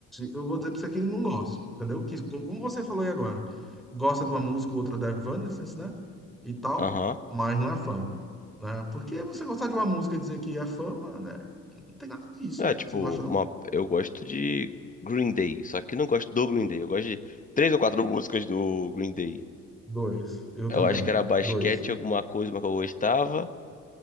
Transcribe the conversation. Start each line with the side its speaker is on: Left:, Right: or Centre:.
Centre: eu vou dizer pra você que eu não gosto, entendeu? Que, como você falou aí agora, gosta de uma música ou outra da Evanescence, né? E tal,
Left: Aham.
Centre: mas não é fã né? Porque você gostar de uma música e dizer que é fama, né? Não tem nada disso.
Left: É, tipo,
Centre: Você não acha, não?
Left: uma... eu gosto de Green Day, só que não gosto do Green Day. Eu gosto de três ou quatro músicas do Green Day.
Centre: Dois. Eu
Left: Eu
Centre: também.
Left: acho que era basquete,
Centre: Dois.
Left: alguma coisa uma que eu gostava.